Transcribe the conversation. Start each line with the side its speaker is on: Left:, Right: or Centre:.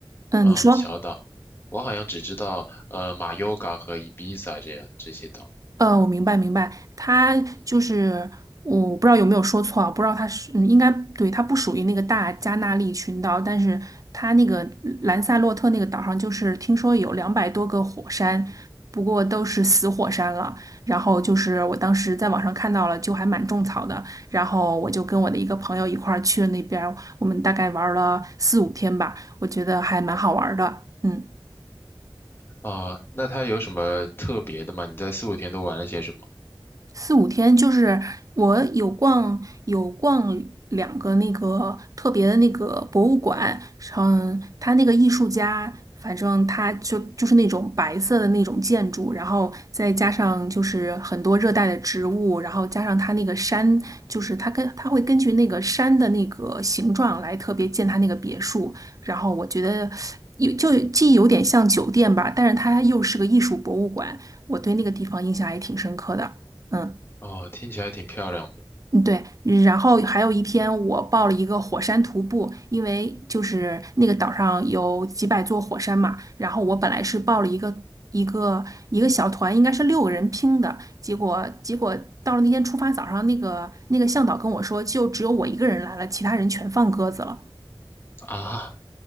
Right: 嗯，
Left: 嗯，
Right: 你说。
Left: 小岛，我好像只知道呃马尤嘎和伊比萨这样这些岛。
Right: 呃，我明白明白，它就是我不知道有没有说错啊，
Left: 嗯哼，
Right: 不知道它是嗯应该对，它不属于那个大加纳利群岛，但是它那个兰萨洛特那个岛上，就是听说有两百多个火山，不过都是死火山了。然后就是我当时在网上看到了，就还蛮种草的。然后我就跟我的一个朋友一块儿去了那边儿我们大概玩儿了四五天吧，我觉得还蛮好玩儿的。嗯。
Left: 啊、那它有什么特别的吗？你在四五天都玩了些什么？
Right: 四五天，就是我有逛有逛两个那个特别的那个博物馆，嗯，他那个艺术家，反正他就就是那种白色的那种建筑，然后再加上就是很多热带的植物，然后加上他那个山，就是他跟他会根据那个山的那个形状来特别建他那个别墅，然后我觉得。有就既有点像酒店吧，但是它又是个艺术博物馆，我对那个地方印象还挺深刻的。嗯。
Left: 哦，听起来挺漂亮的
Right: 嗯对，然后还有一天我报了一个火山徒步，因为就是那个岛上有几百座火山嘛，然后我本来是报了一个一个一个小团，应该是六个人拼的，结果结果到了那天出发早上，那个那个向导跟我说，就只有我一个人来了，其他人全放鸽子了。
Left: 啊。